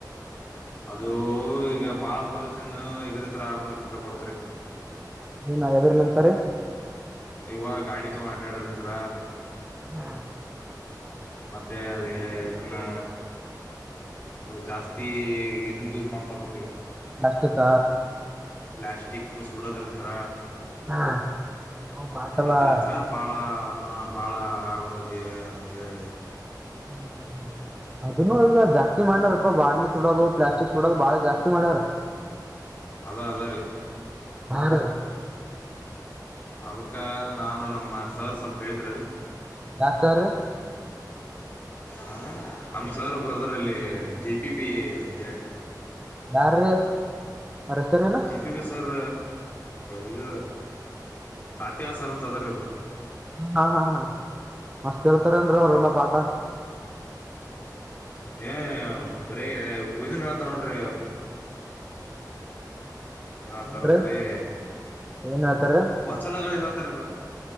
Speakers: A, on the left (about 25°); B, on the right (about 15°).
A: ಅದು ಈಗ ಬಹಳ ಪೊಲ್ಯೂಷನ್ ಇದ್ರ ತರ ಆಗ ಅಂತ ಕೊಡ್ತರಿ
B: ನೀನ ಎದ್ರಲ್ಲಂತಾರೆ
A: ಇವ ಗಾಡಿ ತಗ ಆಟಾಡೋದಂತ್ರ
B: ಹಾ
A: ಮೆ ಅ ಇದನ್ನು ಒ ಜಾಸ್ತಿ ಇದನ್ನ ಯೂಸ್ ಮಾಡ್ತಾರ ನೋಡ್ರಿ
B: ನಷ್ಟಕ್ಕ
A: ಪ್ಲಾಸ್ಟಿಕ್ ಸುಡೋದ್ರ ನಂತರ
B: ಹಾ ಬಾಟಲ
A: ಅದ್ರಂತ್ರ ಬಾಳ ಭಾಳ ಆಗಂದತಿ ಅಂಂತೇಳಿ
B: ಹ್ಮ್ ಹ್ಮ ಹ್ಮ ಅದನ್ನು ಈಗ ಜಾಸ್ತಿ ಮಾಡ್ಲಾರಪ್ಪ ಬಾಟ್ಲಿ ಸುಡೋದು ಪ್ಲಾಸ್ಟಿಕ್ ಸುಡೋದು ಬಾಳ ಜಾಸ್ತಿ ಮಾಡ್ಯಾರ
A: ಅದ ಅದಾರೆ
B: ಬರ
A: ಅದಕ್ಕ ನಾನು ನಮ್ಮ ಸರ್ ಸ್ವಲ್ಪ ಹೇಳಿದ್ರೀ
B: ನಾಸರ್
A: ಹ ನಮ್ಮ ಸರ್ ಒ ಬ್ರದರಲ್ಲಿ ಜಿ ಪಿ ಬಿ ಅಂತೇಳಿ
B: ಯಾರ್ರೀ ಅವ್ರ ಹೆಸರೇನು
A: ಜಿ ಪಿ ಪ ಸರ್ ಇದ ಸಾತ್ಯವ ಸಾರ ಅಂತ ಅದ್ರ ಒಬ್ರು
B: ಹ ಹಾ ಹಾ ಹಾ ಮಸ್ತ್ ಹೇಳ್ತಾರೇನ್ರಿ
A: ಅವ್ರ
B: ಅವ್ರಲ್ಲಾ
A: ಹೇಳ
B: ಪಾಠ
A: ಏ ಬರೀ ಒ ಇದು ನ ತರ್ರ ಏನಂತಾರಲ್ರರಿ
B: ಏನ್ರೀ ಏನ್ ಹೇಳ್ತಾರೀ
A: ವಚನಗಳು ಹೇಳ್ತಾರ